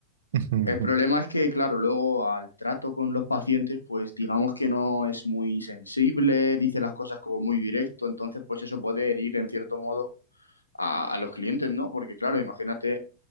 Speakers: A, on the right; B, on the left.
A: <laughs> Ujú,
B: El problema
A: ujú.
B: es que, claro, luego al trato con los pacientes, pues digamos que no es muy sensible, dice las cosas como muy directo, entonces pues eso puede herir en cierto modo a, a los clientes, ¿no? Porque claro, imagínate